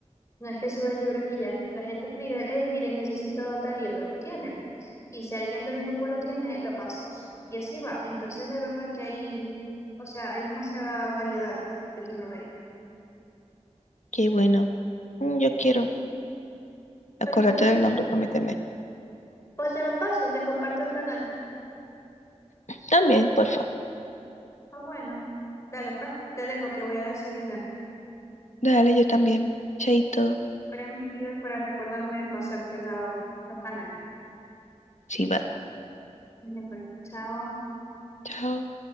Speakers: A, on the left; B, on the left.
A: No es que suben libros y ya, la gente escribe, hey, miren, necesito tal libro, lo tienen. Y si alguien del grupo lo tiene, lo pasa. Y así va. Entonces, de verdad que hay, o sea, hay demasiada variedad de libros ahí.
B: Qué bueno. Mm, yo quiero.
A: Ujú.
B: Acuérdate
A: Ahorita te,
B: del nombre, prométeme.
A: pues te los paso, te comparto el canal.
B: También, porfa.
A: Ah, bueno, dale, pues. te dejo que voy a desayunar.
B: Dale, yo también. Chaito.
A: Ahora mis tíos para recordarme de pasarte la, los canales.
B: Sí, va.
A: Dale, pues, chao.
B: Chao.